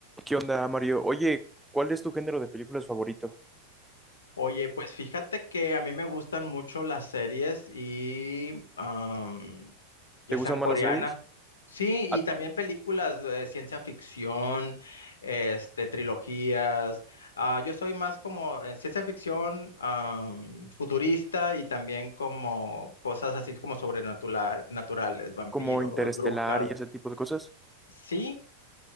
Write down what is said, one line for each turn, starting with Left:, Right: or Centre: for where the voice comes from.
Centre: ¿Qué onda, Mario? Oye, ¿cuál es tu género de películas favorito?
Left: Oye, pues fíjate que a mí me gustan mucho las series y am, ya
Centre: ¿Te gustan
Left: sean coreanas,
Centre: más las series?
Left: sí,
Centre: Ah,
Left: y también películas de ciencia ficción, este, trilogías. Ah, yo soy más como eh, ciencia ficción am, futurista y también como cosas así como sobrenaturales, naturales, vampiros,
Centre: Como Interestelar
Left: brujas.
Centre: y ese tipo de cosas.
Left: Sí,